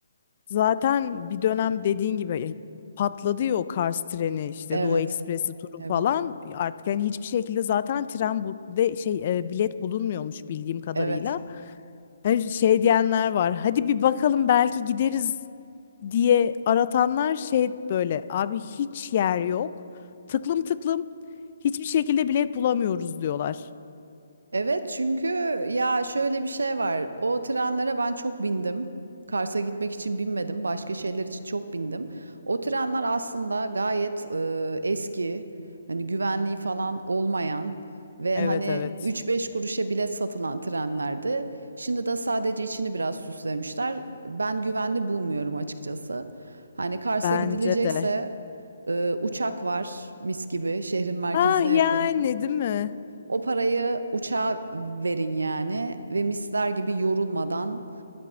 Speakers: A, on the left; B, on the right.
A: Zaten bir dönem dediğin gibi ya, patladı ya o Kars treni işte
B: Evet,
A: Doğu Ekspresi turu
B: evet,
A: falan artık yani hiçbir şekilde zaten tren bu de şey e, bilet bulunmuyormuş bildiğim kadarıyla.
B: evet.
A: Hani şey diyenler var. Hadi bir bakalım belki gideriz diye aratanlar şey böyle abi hiç yer yok. Tıklım tıklım hiçbir şekilde bilet bulamıyoruz diyorlar.
B: Evet çünkü ya şöyle bir şey var. O trenlere ben çok bindim. Kars'a gitmek için binmedim. Başka şeyler için çok bindim. O trenler aslında gayet e, eski. Hani güvenliği falan olmayan ve
A: Evet
B: hani
A: evet.
B: üç beş kuruşa bilet satılan trenlerdi. Şimdi de sadece içini biraz süslemişler. Ben güvenli bulmuyorum açıkçası. Hani Kars'a
A: Bence
B: gidilecekse
A: de.
B: e, uçak var mis gibi şehrin merkezine
A: Ah
B: yakın.
A: yani değil mi?
B: O parayı uçağa verin yani ve misler gibi yorulmadan